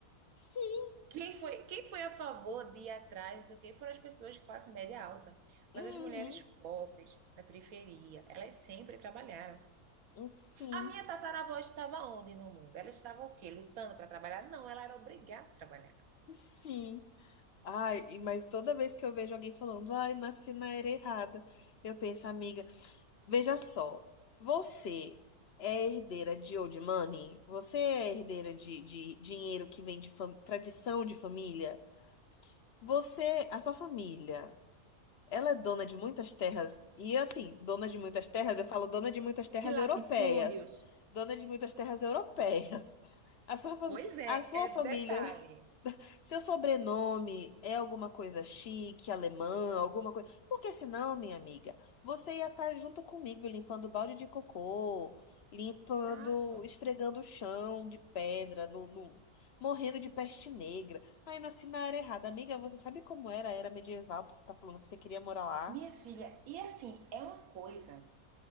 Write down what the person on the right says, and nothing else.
Quem foi, quem foi a favor de ir atrás, não sei o quê, foram as pessoas de classe média alta. Mas
as mulheres pobres, da periferia, elas sempre trabalharam.
A minha tataravó estava onde no mundo? Ela estava o quê? Lutando para trabalhar? Não, ela era obrigada a trabalhar.
De latifúndios.
Pois é,
é
detalhe.
Exato.
Minha filha, e assim, é uma coisa